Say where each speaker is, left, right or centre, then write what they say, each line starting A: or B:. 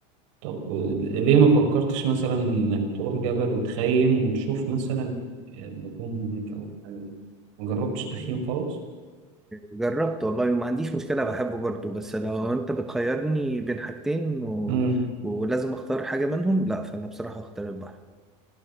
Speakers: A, on the right (about 65°); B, in the centre.
A: طب و- ليه ما فكرتش مثلا انك تروح جبل وتخيم وتشوف مثلا آه، النجوم هناك او حاجة ما جربتش تخييم
B: إيه
A: خالص
B: جربت والله وما عنديش مشكلة بحبه برضه بس لو أنت بتخيرني بين حاجتين و...
A: مم.
B: ولازم أختار حاجة منهم لا فأنا بصراحة أختار البحر